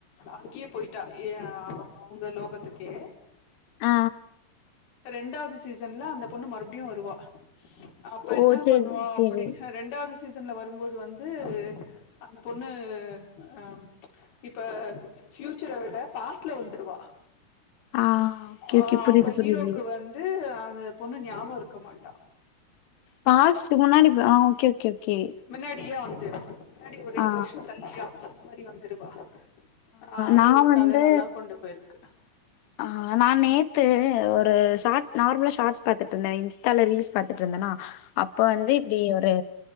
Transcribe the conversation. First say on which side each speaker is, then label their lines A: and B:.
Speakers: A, on the left; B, on the left.
A: அங்கேயே போயிட்டா ஏ அவங்க லோகத்துக்கே
B: ஆ
A: ரெண்டாவது சீசன்ல அந்த பொண்ணு மறுபடியு வருவா அப்ப
B: ஓ!
A: என்னா
B: சரி,
A: பண்ணுவா
B: சரி.
A: அப்படி ரெண்டாவது சீசன்ல வரும்போது வந்து அந்த பொண்ணு அம் இப்ப ஃயூச்சரை விட பாஸ்ட்ல வந்துடுவா
B: ஆ ஓகே,
A: ஆ
B: ஓகே. புரியுது,
A: அப்ப ஹீரோக்கு
B: புரியுது.
A: வந்து அந்த பொண்ணு ஞாபக இருக்க மாட்டா
B: பாஸ்ட்டு முன்னாடி ஆ ஓகே ஓகே ஓகே
A: முன்னாடியே வந்துடுவா முன்னாடி ஒரு ரெண்டு
B: ஆ
A: வருஷ தள்ளி அந்த மாரி வந்துடுவா ஆ அது
B: நா வந்து
A: கத நல்லா கொண்டு போயிருக்கு
B: ஆ நா நேத்து ஒரு ஷார்ட் நார்மலா ஷார்ட்ஸ் பாத்துட்ருந்தே இன்ஸ்டால ரீல்ஸ் பாத்துட்ருந்தனா அப்போ வந்து இப்டி ஒரு